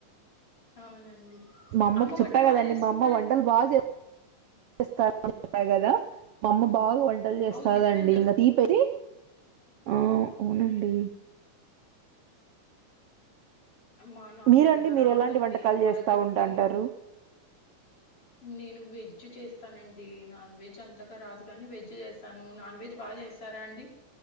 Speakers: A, on the left (about 45°); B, on the right (about 90°).
A: అవునండి
B: మా అమ్మకు
A: అమ్మ వంట
B: చెప్పా
A: బాగా
B: కదండి
A: చేస్తుందా
B: మా అమ్మ
A: అండి
B: వంటలు బాగా చేస్ స్తది అని చెప్ప కదా మా అమ్మ బాగా వంటలు చేస్తారండి
A: అవు దిట్టని చెప్పు
B: ఇంగ తీపైతె ఆ అవునండి
A: మా నాకు
B: మీరండి
A: సరిగా
B: మీరు
A: రాదండి
B: ఎలాంటి వంటకాలు
A: అమ్మ
B: చేస్తా
A: దగ్గరికి
B: ఉంటాంటారు
A: నేను వె వెజ్ చేస్తానండి నాన్ వెజ్ అంతగా రాదు కాని వెజ్ చేస్తాను నాన్ వెజ్ బాగా చేస్తారా అండి